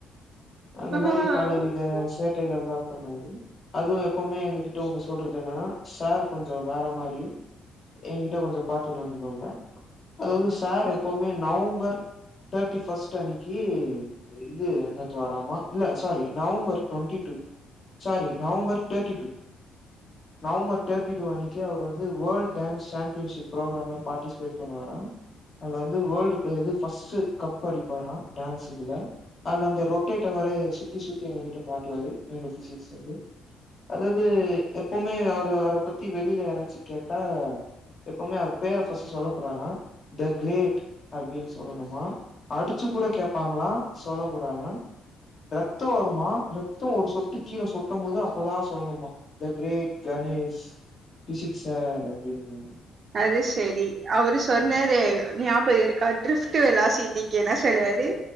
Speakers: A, on the left; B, on the right.
A: அந்த
B: ஆ
A: மாரி பலவித சேட்டைகள்லா பண்ணாரு அதுவு எப்பவ்மே எங்க கிட்ட ஒன்னு சொல்றது என்னனா சார் கொஞ்சோ வேற மாரி ஏங்கிட்ட கொஞ்சொ பாத்து நடந்துக்கோங்க அதாவ்து சார் எப்பவுமே நவும்பர் தேட்டி ஃபஸ்ட் அன்னக்கி அ இது நத்து வாராமா இல்ல sorry November twenty two sorry November டேட்டி two November டேட்டி two அன்னக்கி அவுர் வந்து வேல்ட் டான்ஸ் சாம்பியன்ஷிப் ப்ரோகிராம்ல பாட்டிசிபேட் பண்ணுவாரா அதுல வந்து வேர்ல்டுக்கு இது ஃபஸ்ட்டு கப் அடிப்பாரா டான்ஸ் இதுல அதுல அந்த ரொட்டேட்டவரே சுத்தி சுத்தி எங்ககிட்ட காட்டுவாரு எங்க ஃபிசிக்ஸ் சாரு அதாது எப்பவ்மே அவரு அவர பத்தி வெளில யாராச்சு கேட்டா எப்பொமே அவர் பேர ஃபஸ்ட்டு சொல்ல கூடாரா த கிரேட் அப்டின் சொல்லனுமா அடுச்சு கூட கேப்பாங்களா சொல்லக் கூடாதா ரத்தோ வருமா ரத்தோ ஒரு சொட்டு கீழ சொ ட்டும் போது அப்பதா சொல்னுமா the great Ganesh physics sir அப்டி <unintelligible>
B: அது செரி அவரு சொன்னாரே ஞாபக இருக்கா ட்ரிஃப்ட்டு வெலாசிட்டிக்கு என்ன சொல்வாரு